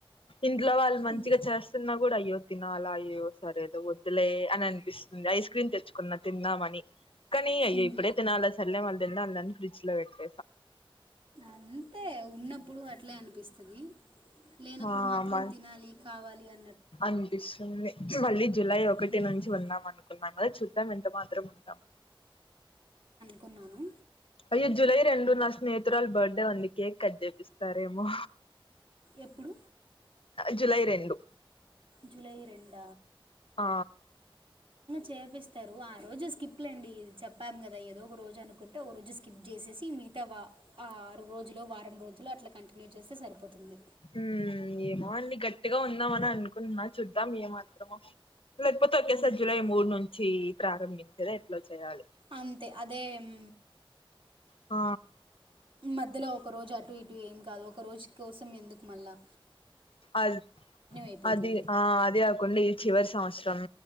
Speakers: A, on the left; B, on the right.
A: ఇంట్లో వాళ్ళు మంచిగా
B: ఇన్
A: చేస్తున్న కూడా అయ్యో తినాలయ్యో సరే ఏదో వద్దులే అని అనిపిస్తుంది. ఐస్ క్రీమ్ తెచ్చుకున్న తిందామని కానీ అయ్య
B: ఉమ్
A: ఇప్పుడే తినాల సర్లే మళ్ళీ తిందానన్ ఫ్రిడ్జ్ లో పెట్టు
B: అంతే ఉన్నప్పుడు అట్లే అనిపిస్తది. లేనప్పుడు
A: ఆ
B: మాత్రం తినాలి కావాలి అని
A: అనిపిస్తుంది. మళ్ళీ జులై ఒకటి
B: ఉమ్
A: నుంచి ఉన్నాం అనుకున్నాం కదా చూద్దాం ఎంత మా త్రం అమ్
B: కున్నాను
A: అయ్యో జులై రెండు నా స్నేహితురాలు బర్త్డే ఉంది కేక్ కట్ చేపిస్తారేమో
B: ఎప్పుడు
A: జులై రెండు
B: జూలై రెండ
A: ఆ
B: చేపిస్తారు ఆ రోజు స్కిప్ లె అండి చెప్పాము కదా ఏదో ఒక రోజు అనుకుంటే ఓ రోజు స్కిప్ చేసి ఈ మితవా ఆ ఆరు రోజులు, వారం రోజులు అట్లా కంటిన్యూ చేస్తే సరిపోతుంది.
A: ఉ ఏమో అండి గట్టిగా ఉందాము అని అనుకుంటున్నా చూద్దాం ఏమాత్రమో లేకపోతే ఒకేసారి
B: మ్మ్
A: జూలై మూడు నుంచి ప్రారంభించేదా ఎట్లా చేయాలి.
B: అంతే అదేమ్
A: ఆ
B: మధ్యలో ఒక రోజు అటు ఇటు ఏం కాదు ఒక రోజు కోసం ఎందుకు మల్ల
A: అద్
B: అయిపోతుంది
A: అది ఆ అది ఆకొండి ఈ చివరి సంవత్సరం